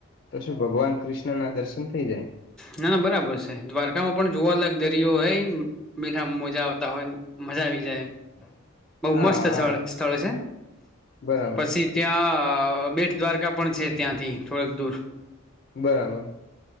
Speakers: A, on the left; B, in the centre.
A: તો શું ભગવાન કૃષ્ણ ના દર્શન થઈ જાય
B: ના ના બરાબર છે દ્વારકામાં પણ જોવાલા દરિયો હોય મીઠા મજા આવતા હોય ને મજા આવી જાય બહુ
A: હા
B: મસ્ત સ્થળ
A: હા
B: સ્થળ છે
A: બરાબર
B: પછી ત્યાં અ બેટ દ્વારકા પણ છે ત્યાંથી થોડક દૂર
A: બરાબર